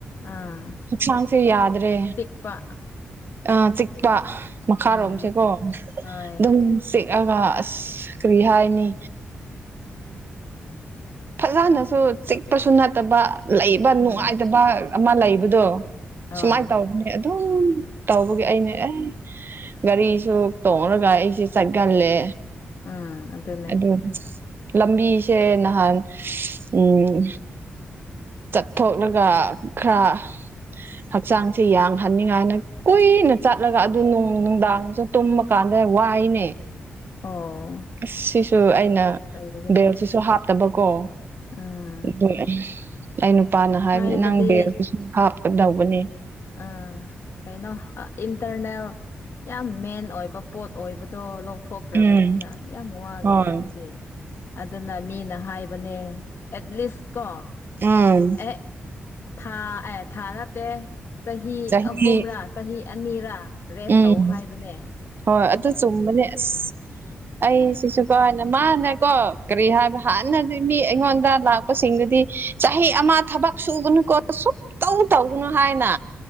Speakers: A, on the left (about 55°); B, on the right (about 50°).
A: ꯑꯥ
B: ꯍꯛꯆꯥꯡꯁꯦ ꯌꯥꯗ꯭ꯔꯦ
A: ꯆꯤꯛꯄ
B: ꯑ ꯆꯤꯛꯄ ꯃꯈꯥꯔꯣꯝꯁꯦꯀꯣ
A: ꯎꯝ ꯍꯣꯏ
B: ꯑꯗꯨꯝ ꯆꯤꯛꯑꯒ ꯑꯁ ꯀꯔꯤ ꯍꯥꯏꯅꯤ ꯐꯖꯅꯁꯨ ꯆꯤꯛꯄꯁꯨ ꯅꯠꯇꯕ ꯂꯩ ꯕ ꯅꯨꯡꯉꯥꯏꯇꯕ
A: ꯎꯝ
B: ꯑꯃ ꯂꯩꯕꯗꯣ
A: ꯑꯣ
B: ꯁꯨꯃꯥꯏꯅ ꯇꯧꯕꯅꯦ ꯑꯗꯨꯝ ꯇꯧꯕꯒꯤ ꯑꯩꯅ ꯑꯦ ꯒꯥꯔꯤꯁꯨ ꯇꯣꯡꯔꯒ ꯑꯩꯁꯦ ꯆꯠꯒꯜꯂꯦ
A: ꯎꯝ ꯑꯗꯨꯅꯦ
B: ꯑꯗꯨ ꯂꯝꯕꯤꯁꯦ ꯅꯍꯥꯟ ꯎꯝ ꯆꯠꯊꯣꯛꯂꯒ ꯈꯔ ꯍꯛꯆꯥꯡꯁꯦ ꯌꯥꯡꯍꯟꯅꯤꯉꯥꯏꯅ ꯀꯨꯏꯅ ꯆꯠꯂꯒ ꯑꯗꯨꯣꯡ ꯅꯨꯡꯗꯥꯡꯁꯨ ꯇꯨꯝꯃ ꯀꯥꯟꯗꯦ ꯋꯥꯏꯅꯦ
A: ꯑꯣ
B: ꯑꯁ ꯁꯤꯁꯨ ꯑꯩꯅ
A: ꯇꯧꯒꯅꯤ
B: ꯕꯦꯜꯁꯤꯁꯨ ꯍꯥꯞꯇꯕꯀꯣ
A: ꯎꯝ
B: ꯑꯗꯨ ꯑꯩ ꯅꯨꯄꯥꯅ ꯍꯥꯏꯕꯅꯦ
A: ꯍꯥꯏꯕꯗꯤ
B: ꯅꯪ ꯕꯦꯒꯁꯤꯁꯨ ꯍꯥꯞꯀꯗꯧꯕꯅꯦ
A: ꯑꯥ ꯀꯩꯅꯣ ꯑ ꯏꯟꯇꯔꯅꯦꯜ ꯌꯥꯝ ꯃꯦꯟ ꯑꯣꯏꯕ ꯄꯣꯠ ꯑꯣꯏꯕꯗꯣ ꯂꯧ ꯊꯣꯛꯈ꯭ꯔꯕꯅꯤꯅ
B: ꯎꯝ
A: ꯌꯥꯝ ꯋꯥꯒꯅꯤ
B: ꯍꯣꯏ
A: ꯑꯗꯨꯗꯤ ꯑꯗꯨ ꯅ ꯃꯤꯅ ꯍꯥꯏꯕꯅꯦ ꯑꯦꯠꯂꯤꯁ ꯀꯣ
B: ꯑꯝ
A: ꯑꯦ ꯊꯥ ꯑꯦ ꯊꯥ ꯅꯠꯇꯦ ꯆꯍꯤ
B: ꯆꯍꯤ
A: ꯑꯍꯨꯝꯔꯥ ꯆꯍꯤ ꯑꯅꯤꯔꯥ ꯔꯦꯁ
B: ꯎꯝ
A: ꯇꯧ ꯍꯥꯏꯕꯅꯦ
B: ꯍꯣꯏ ꯑꯗꯨ ꯆꯨꯝꯕꯅꯦ ꯑꯁ ꯑꯩꯁꯤꯁꯨꯀꯣ ꯍꯥꯏꯅ ꯃꯥꯅꯀꯣ ꯀꯔꯤ ꯍꯥꯏꯕ ꯍꯥꯟꯅꯗꯤ ꯃꯤ ꯑꯩꯉꯣꯟꯗ ꯂꯥꯛꯄꯁꯤꯡꯗꯨꯗꯤ ꯆꯍꯤ ꯑꯃ ꯊꯕꯛ ꯁꯨꯕꯅꯨꯀꯣ ꯁꯨꯇꯧ ꯇꯧꯒꯅꯨ ꯍꯥꯏꯅ